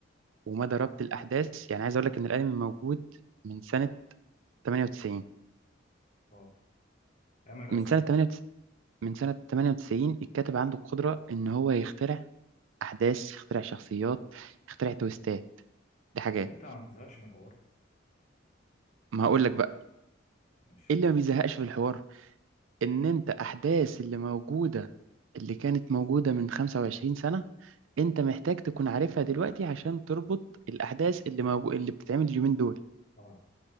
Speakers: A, on the right; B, on the left.
A: ومدى ربط الأحداث يعني عايز أقول لك إن الأنمي موجود من سنة 98
B: اه ايام الرسم
A: من سنة 98 من سنة 98 الكاتب عنده القدرة إن هو يخترع أحداث يخترع شخصيات يخترع تويستات دي حاجات
B: طب انت ما تزهقش من الحوار
A: ما هقول لك بقى
B: ماشي
A: إيه اللي ما بيزهقش في الحوار إن أنت أحداث اللي موجودة اللي كانت موجودة من 25 سنة انت محتاج تكون عارفها دلوقتي عشان تربط الاحداث اللي موجو... اللي بتتعمل اليومين دول
B: اه